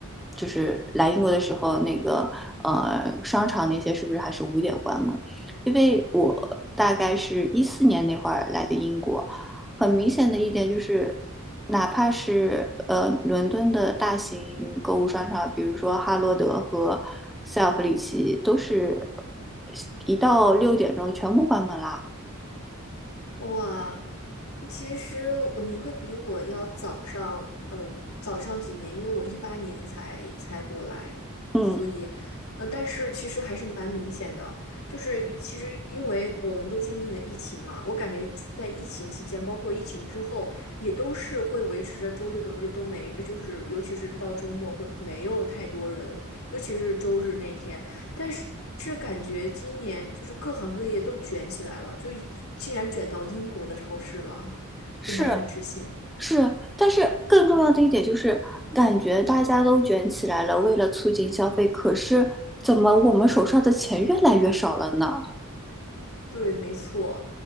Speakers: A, in the centre; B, on the left.
A: 就是来英国的时候那个呃商场那些是不是还是五点关门？因为我大概是一四年那会儿来的英国，很明显的一点就是，哪怕是呃伦敦的大型购物商场，比如说哈罗德和塞尔弗里奇，都是一到六点钟全部关门啦。
B: 哇，其实我你会比我要早上，嗯、早上几年，因为我一八年才才过来，
A: 嗯，
B: 所以，嗯、但是其实还是蛮明显的，就是其实因为我们都经历了疫情嘛，我感觉在疫情期间，包括疫情之后，也都是会维持着周六日都没，就是尤其是到周末会没有太多人，尤其是周日那天。但是是感觉今年就是各行各业都卷起来了，就竟然卷到英国的超市了，
A: 是
B: 就难以置信。
A: 是，但是更重要的一点就是，感觉大家都卷起来了，为了促进消费，可是怎么我们手上的钱越来越少了呢？
B: 对，没错，